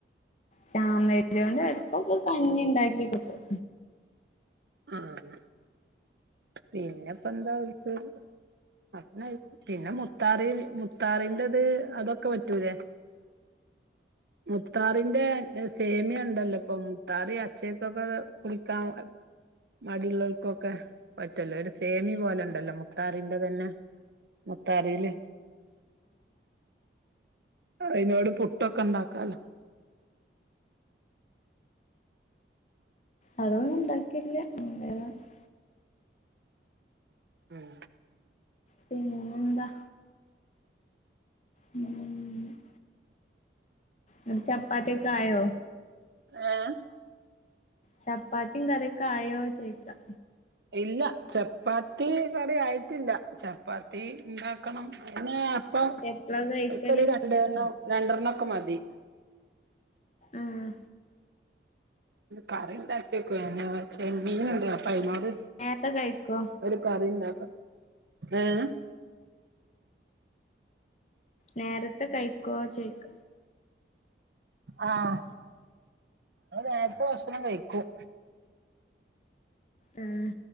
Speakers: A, on the left; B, on the right.
A: ചാമയരികൊണ്ട് എടകൊക്കെ കഞ്ഞി ഇണ്ടാക്കി കൊടുക്കും
B: ആഹ് പിന്നെ ഇപ്പ എന്താ ഓൽക്ക് ആഹ് പിന്നെ മുത്താറി മുത്താറിൻ്റത് അതൊക്കെ പറ്റൂലേ മുത്താറി ന്റെ സേമിയണ്ടല്ലോ ഇപ്പൊ മുത്താറി അച്ചക്കൊക്കെ കുളിക്കാൻ മടിയിള്ളോൽക്കൊക്കെ പറ്റുവല്ലോ ഒരു സേമി പോലെ ഉണ്ടല്ലോ മുത്താറിൻ്റെ തന്നെ മുത്താറില് അതിനോട് പുട്ടൊക്കെ ണ്ടാക്കാലോ
A: അതൊന്നും ഉണ്ടാക്കിട്ടില്ല <unintelligible>
B: ഉം
A: പിന്നെന്താ ഉം അവിടെചപ്പാത്തിയൊക്കെ ആയോ
B: ഏഹ്
A: ചപ്പാത്തിം കറിക്കെ ആയോ ചോയിക്ക
B: ഇല്ല ചപ്പാത്തി കറി ആയിട്ടില്ല ചപ്പാത്തി ഇണ്ടാക്കണം <unintelligible> ഇപ്പൊ
A: എപ്പളാ കഴിക്കല്
B: <unintelligible> രണ്ടണ്ണം രണ്ടെണ്ണം ഒക്കെ മതി
A: ആഹ്
B: കറിയുണ്ടാക്കിവെക്കുവാ <unintelligible> ചെമ്മീൻ ഇണ്ട് അപ്പ അയിനോട്
A: നേരത്തെ കഴിക്കോ
B: ഒരു കറിഇണ്ടാക്കാം ഏഹ്
A: നേരത്തെ കഴിക്കുവോ ചോയിക്ക
B: ആഹ് അങ്ങള് നേരത്തെ ഭക്ഷണം കഴിക്കും
A: ആഹ്